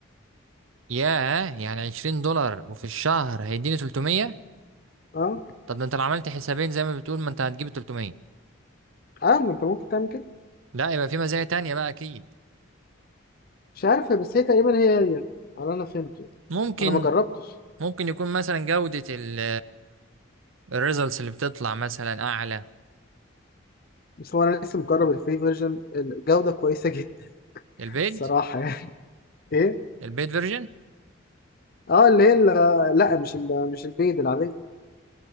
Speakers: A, on the right; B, on the left.
A: ياه يعني 20 دولار وفي الشهر هيديني 300
B: اه
A: طب ده انت لو عملت حسابين زي ما بتقول ما انت هتجيب 300
B: اه ما انت ممكن تعمل كده
A: لا يبقى في مزايا تانية بقى اكيد
B: مش عارف هي- بس هي تقريبا هي هي يعني، على انا فهمته يعني.
A: ممكن
B: انا ما جربتش
A: ممكن يكون مثلا جودة ال الريزلتس اللي بتطلع مثلا اعلى
B: بس هو انا لسه مجرب الفري فيرجن الجوده كويسه جدا <laughs>
A: البيد
B: الصراحه يعني ايه
A: البيد فيرجن
B: اه اللي هي ال- لا مش ال... مش البيض العاديه